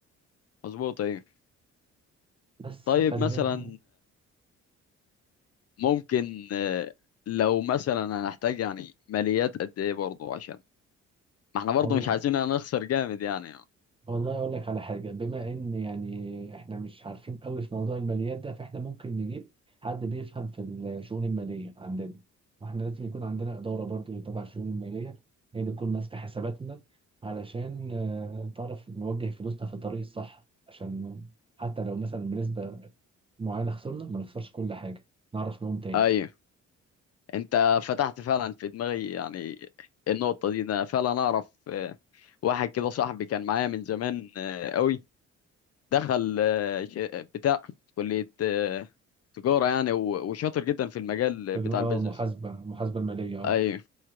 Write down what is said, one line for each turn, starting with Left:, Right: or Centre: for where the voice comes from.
Left: مظبوط ايوه
Right: بس
Left: طيب
Right: فال
Left: مثلا ممكن آه، لو مثلا هنحتاج يعني ماليات قد ايه برضه عشان ما احنا برضه
Right: والله
Left: مش عايزين نخسر جامد يعني
Right: والله اقول لك على حاجه بما ان يعني احنا مش عارفين قوي في موضوع الماليات ده فاحنا ممكن نجيب حد بيفهم في الشؤون الماليه عندنا واحنا لازم يكون عندنا اداره برضه إيه تبع الشؤون الماليه هي اللي تكون ماسكه حساباتنا علشان آه، تعرف نوجه فلوسنا في الطريق الصح عشان حتى لو مثلا بنسبه معينه خسرنا ما نخسرش كل حاجه نعرف نقوم تاني
Left: ايوه انت فتحت فعلا في دماغي يعني النقطة دي انا فعلا اعرف آه، واحد كده صاحبي كان معايا من زمان آه، قوي دخل آه، ش- بتاع كلية آه، تجارة يعني و- وشاطر جدا في المجال
Right: فال-
Left: بتاع
Right: اه
Left: البيزنس
Right: محاسبه محاسبه الماليه اه
Left: ايوه